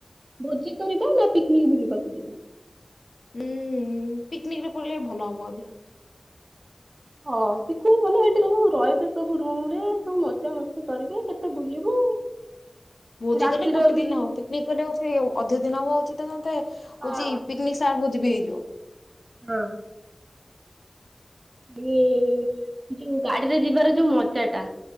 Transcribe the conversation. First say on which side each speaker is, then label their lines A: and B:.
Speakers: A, on the right (about 50°); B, on the left (about 80°).
A: ଭୋଜି କରିବା ନା ପିକ୍ ନିକ୍ ବୁଲିବାକୁ ଯିବା?
B: ଉଁ ଉଁ ପିକ୍ ନିକ୍ ରେ ପଳେଇଲେ ଭଲ ହବ ଅଧେ।
A: ହଁ ପିକ୍ ନିକ୍ ଗଲେ ସବୁ ରହିବେ ସବୁ ରୁଟି ମୁୁରେ ସବୁ ମଜା ମସ୍ କରିବେ କେତେ ବୁଲିବୁ
B: ଭୋଜି
A: ରାତିର
B: କଲେ ଗୋଟେ
A: ବି
B: ଦିନ ହବ। ପିକନିକ୍ କଲେ ଅଚ୍ ହେ ଅଧିକ ଦିନ ହବ ଅଚିତ ତନ୍ତେ। ହଉଛି
A: ହଁ
B: ପିକନିକ ସାର୍ ବହୁ ବି ହେଇଯିବ।
A: ହଁ। ଏ-ଏ -ଏ -ଯୋଉ ଗାଡିରେ ଯିବାର ଯୋଉ ମଜା ଟା?